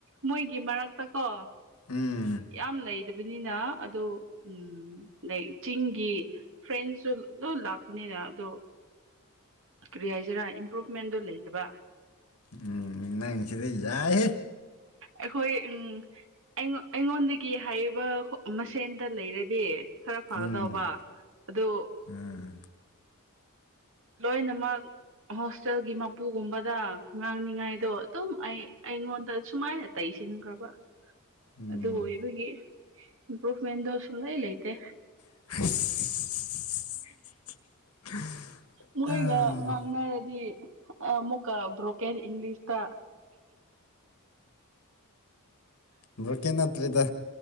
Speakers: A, on the right; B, on the left.
A: ꯃꯣꯏꯒꯤ ꯃꯔꯛꯇꯀꯣ
B: ꯎꯝ
A: ꯌꯥꯝ ꯂꯩ ꯇꯕꯅꯤꯅ ꯑꯗꯣ ꯎꯝ ꯂꯥꯏꯛ ꯆꯤꯡꯒꯤ ꯐ꯭ꯔꯦꯟꯁꯁꯨ ꯂꯣꯏ ꯂꯥꯛꯄꯅꯤꯅ ꯑꯗꯣ ꯀꯔꯤ ꯍꯥꯏꯁꯤꯔꯥ ꯏꯝꯄ꯭ꯔꯨꯚꯃꯦꯟꯗꯣ ꯂꯩꯇꯕ
B: ꯎꯝ ꯅꯪꯁꯤꯗ ꯌꯥꯏꯍꯦ
A: ꯑꯩꯈꯣꯏ ꯎꯝ ꯑꯩꯉꯣ ꯑꯩꯉꯣꯟꯗꯒꯤ ꯍꯩꯕ ꯃꯁꯦꯟꯗ ꯂꯩꯔꯗꯤ ꯈꯔ ꯐꯒꯗꯧꯕ
B: ꯎꯝ
A: ꯑꯗꯨ
B: ꯑꯥ
A: ꯂꯣꯏꯅꯃꯛ ꯍꯣꯁꯇꯦꯜꯒꯤ ꯃꯄꯨꯒꯨꯝꯕꯗ ꯉꯥꯡꯅꯤꯉꯥꯏꯗꯣ ꯑꯗꯨꯝ ꯑꯩ ꯑꯩꯉꯣꯟꯗ ꯁꯨꯃꯥꯏꯅ ꯇꯩꯁꯤꯟꯈ꯭ꯔꯕ
B: ꯎꯝ
A: ꯑꯗꯨ ꯑꯣꯏꯕꯒꯤ ꯏꯝꯄ꯭ꯔꯨꯐꯃꯦꯟꯗꯣ ꯁꯨꯡꯂꯩ ꯂꯩꯇꯦ
B: <unintelligible>
A: ꯃꯣꯏꯒ
B: ꯑꯥ
A: ꯉꯥꯡꯅꯔꯗꯤ ꯑꯃꯨꯛꯀ ꯕ꯭ꯔꯣꯀꯦꯟ ꯏꯪꯂꯤꯁꯇ
B: ꯕ꯭ꯔꯣꯀꯦꯟ ꯅꯠꯇ꯭꯭ꯔꯦꯗ